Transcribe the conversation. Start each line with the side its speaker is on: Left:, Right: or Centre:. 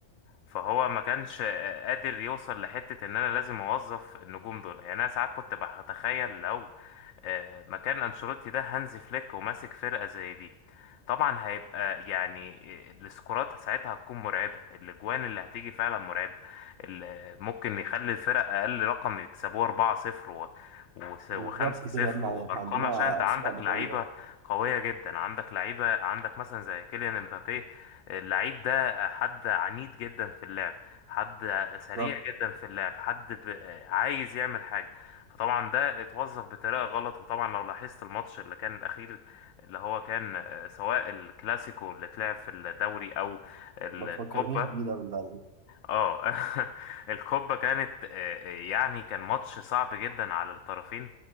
Left: فهو ما كانش آه، قادر يوصل لحتة إن أنا لازم أوظف النجوم دول يعني أنا ساعات كنت بتخيل لو آه، مكان انشيلوتي ده هانزي فليك وماسك فرقة زي دي طبعا هيبقى يعني آه، السكورات ساعتها هتكون مرعبة الاجوان اللي هتيجي فعلا مرعبة ال- آه، ممكن يخلي الفرق اقل رقم يكسبوه 4-0 و و5-0
Right: بالظبط كده يا ابني
Left: وارقام
Right: عندنا
Left: عشان انت عندك
Right: اسماء ما
Left: لعيبة
Right: شاء الله
Left: قوية جدا عندك لعيبة عندك مثلا زي كيليان امبابي اللعيب ده حد عنيد جدا في اللعب حد سريع
Right: بالظبط
Left: جدا في اللعب حد ب... آه، عايز يعمل حاجة فطبعا ده اتوظف بطريقة غلط وطبعا لو لاحظت الماتش اللي كان الأخير اللي هو كان آه، سواء الكلاسيكو اللي اتلعب في الدوري أو الكوبا
Right: ما تفكرنيش بيه ده بالله عليك
Left: اه <laughs> الكوبا كانت آه، آه، يعني كان ماتش صعب جدا على الطرفين